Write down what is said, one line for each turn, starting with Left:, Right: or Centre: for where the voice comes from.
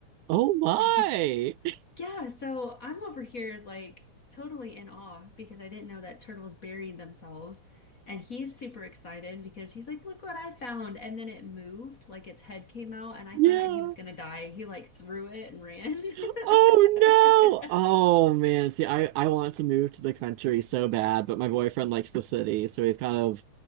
Right: Oh my.
Left: Like he
Right: <laughs>
Left: yeah, so I'm over here like totally in awe because I didn't know that turtles buried themselves. And he's super excited because he's like, look what I found. And then it moved, like its head came out, and I
Right: Yeah.
Left: thought he was gonna die. He like threw it and ran. <laughs>
Right: Oh no. Oh man. See, I I want to move to the country so bad, but my boyfriend likes the city, so we've kind of